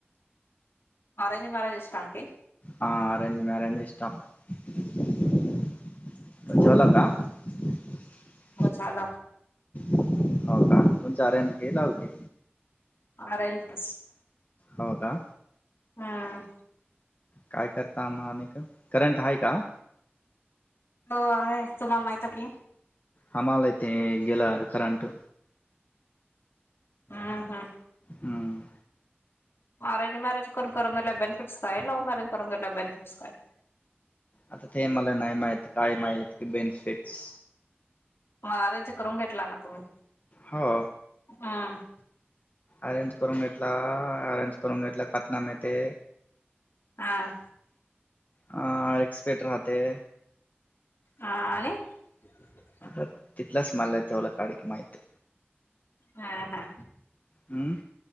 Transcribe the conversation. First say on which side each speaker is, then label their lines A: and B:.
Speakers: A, on the left (about 70°); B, on the left (about 40°).
A: अरेंज मॅरेज असताके?
B: हं अरेंज मॅरेज <unintelligible> झोला का? हो
A: हो छान.
B: हो का, तुमचा अरेज की लव्हकी?
A: <unintelligible>
B: हो का?
A: हम्म.
B: काय करता अम्मा, आम्ही का करंट आहे का?
A: हो आहे तुम्हाला माहत की.
B: हमा्हाला य ते गेला करंट.
A: हा हा.
B: हम्म.
A: अरेंज मॅरेज को करून कस काय, लो काय लव्ह मॅेज कर बनिफिटस काय?
B: आता ते मला नाही माहित, काय माहि ते बेनिफिट्स.
A: व्हा अरेंज करून घेतला ना तुम्ही?
B: हो.
A: हम.
B: अरंज करून घेतला, अरंज करू घेतला पतनामे ते.
A: हां.
B: ह रक्सपेक्ट राहते.
A: ह आणि. ह.
B: अ तितला स्मेल तवला काडडी माहिती.
A: हा हा.
B: हम्म.